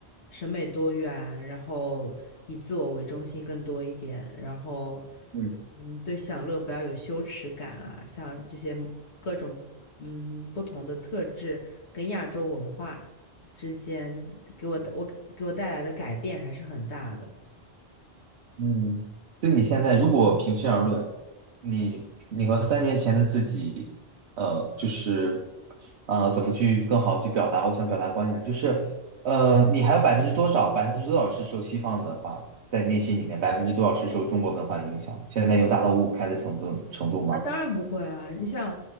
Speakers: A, on the left (about 80°); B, on the right (about 80°).
A: 审美多元，然后以自我为中心更多一点，然后
B: 嗯
A: 嗯，对享乐不要有羞耻感啊，像这些各种。嗯不同的特质跟亚洲文化之间给我的我给我带来的改变还是很大的。
B: 嗯就你现在，如果平心而论，你你和三年前的自己，呃，就是，呃，怎么去更好去表达我想表达观点？就是，呃，你还有百分之多少，百分之多少是受西方的文化在内心里面，百分之多少是受中国文化影响？现在有达到五五开的程度程度吗？
A: 那当然不会啊！你想，